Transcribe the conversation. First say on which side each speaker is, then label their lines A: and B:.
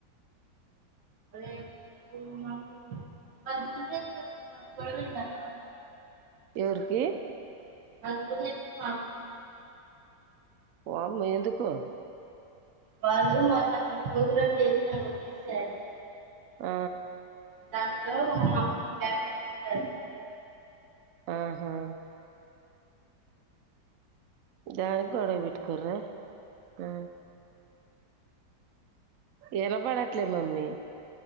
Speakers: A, on the right; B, on the right.
A: రేపు మాకు బద్ <unintelligible>
B: ఎవురికి
A: <unintelligible>
B: వామ్మ్ ఎందుకో
A: వాళ్ళు మొన్న, ప్రోగ్రామ్ చేసారు <unintelligible>
B: ఆ
A: దాంట్లో, మ <unintelligible> ఇచ్చారు.
B: ఆహా జానిక్ గొడక్ బెట్కోర ఆ ఇనపడట్లే మమ్మీ